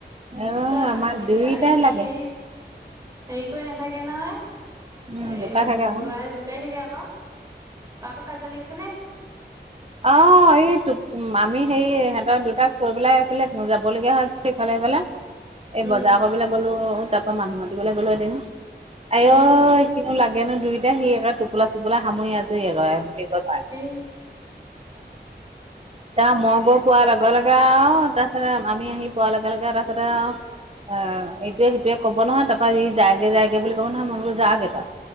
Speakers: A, on the right; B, on the right.
A: দুটাই
B: অ'
A: কাজিয়া
B: আমাৰ
A: লাগি
B: দুইটাই
A: যায়, ই
B: লাগে,
A: হেৰি হেৰি কৰি নাথাকে নহয়।
B: উম
A: এ
B: জোকা থাকে আকৌ।
A: লোৱাই জোকাই থাকে আকৌ। তাতো কাজিয়া লাগিছে নে?
B: অ', এই আমি হেৰি সিহঁতৰ দুটাক কৈ পেলাই ইফালে যাব লগীয়া হৈ ইফালে। <unintelligible> এই
A: উম
B: বজাৰ কৰিবলৈ গ'লো তাৰ পৰা মানুহ মাতিবলৈ গ'লো এদিন আয়ৈ
A: উম
B: কিনো লাগ কিয়নো দুইটাই সি এক টোপোলা চোপলা সামৰি আজৰি আৰু <unintelligible>
A: ই
B: তা মই গই পোৱাৰ লগে লগে আৰু তাৰপিছতে আমি আহি পোৱাৰ লগে লগে তাৰপিছতে আৰু অ', এইটোয়ে সেইটোৱে ক'ব নহয় তাৰপৰা যি যায়গে যায়গে বুলি ক'ব নহয় মই বোলো যাগে তই।